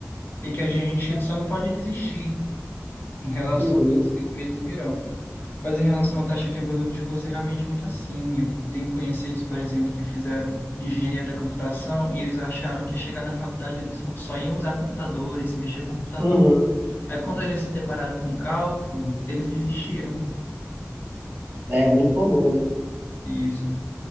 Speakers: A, on the left; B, on the right.
A: e que a gente só não pode desistir em relação
B: Uhum,
A: a isso, que os medos virão. Mas em relação à taxa de abandono de curso, é realmente muito assim. Eu tenho conhecidos, por exemplo, que fizeram engenharia da computação e eles acharam que chegar na faculdade eles só só iam usar computadores, mexer com computadores.
B: uhum.
A: Aí quando eles se depararam com cálculo, eles desistiram.
B: É muito comum, né?
A: Isso.